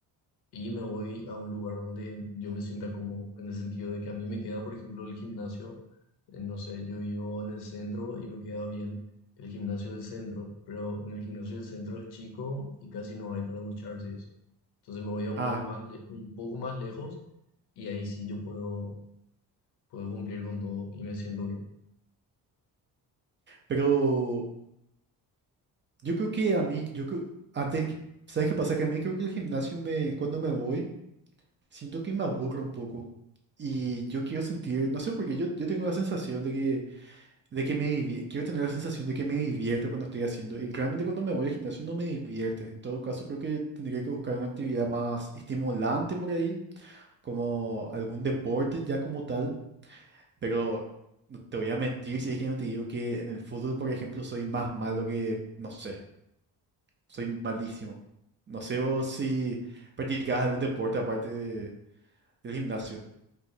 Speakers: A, on the left; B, on the right.
A: y me voy a un lugar donde yo me sienta cómodo, en el sentido de que a mí me queda, por ejemplo, el gimnasio, eh, no sé, yo vivo en el centro y me queda bien el gimnasio del centro, pero en el gimnasio del centro es chico y casi no hay para ducharse y eso. Entonces me voy a uno
B: Ah,
A: más le- un poco más lejos y ahí sí yo puedo, puedo cumplir con todo y me siento bien.
B: pero Yo creo que a mí, yo creo, antes, que- ¿sabes qué pasa? Que a mí creo que el gimnasio me, cuando me voy, siento que me aburro un poco. Y yo quiero sentir, no sé por qué, yo, yo tengo la sensación de que, de que me divierto, quiero tener la sensación de que me divierto cuando estoy haciendo. Y realmente cuando me voy al gimnasio no me divierte. En todo caso, creo que tendría que buscar una actividad más estimulante por ahí, como algún deporte ya como tal. Pero no te voy a mentir si es que no te digo que en el fútbol, por ejemplo, soy más malo que, no sé. Soy malísimo. No sé vos si practicabas algún deporte aparte de- del gimnasio.